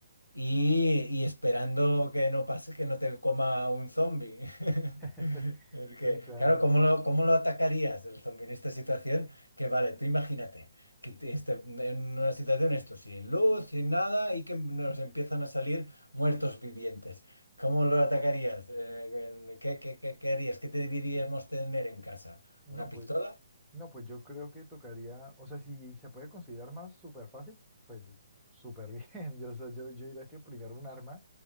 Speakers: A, on the left; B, in the centre.
A: Y, y esperando que no pase, que no te coma un zombie. <laughs>
B: <laughs>
A: Porque,
B: Sí, claro.
A: claro, ¿cómo lo, cómo lo atacarías el zombie en esta situación? Que vale, tú imagínate que te- este- en una situación esto, sin luz, sin nada, y que nos empiezan a salir muertos vivientes. ¿Cómo lo atacarías? Eh, ¿qué, qué, qué- qué harías? ¿Qué te deberíamos tener en casa?
B: No,
A: ¿Una
B: pues,
A: pistola?
B: no, pues yo creo que tocaría, o sea, si se puede considerar más súper fácil, pues súper bien. <laughs> Yo, o sea, yo, yo diría que primero un arma,